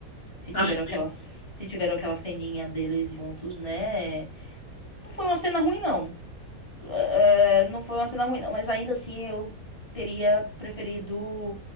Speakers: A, on the left (about 20°); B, on the left (about 65°).
A: Se tiveram
B: acho que
A: aquela,
B: sim.
A: se tiveram aquela ceninha deles juntos, né? Não foi uma cena ruim, não. É, não foi uma cena ruim, não, mas ainda assim eu teria preferido